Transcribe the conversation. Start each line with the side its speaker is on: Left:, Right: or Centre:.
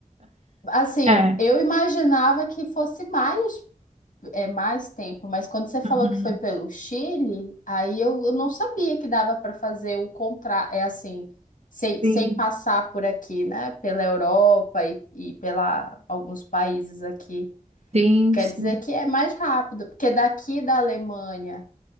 Left: assim,
Right: É.
Left: eu imaginava que fosse mais É mais tempo, mas quando você falou
Right: Uhum.
Left: que foi pelo Chile, aí eu, eu não sabia que dava para fazer o contra, é assim, sem,
Right: Sim.
Left: sem passar por aqui, né? Pela Europa e, e pela alguns países aqui.
Right: Sim,
Left: Quer
Right: sim.
Left: dizer que é mais rápido, porque daqui da Alemanha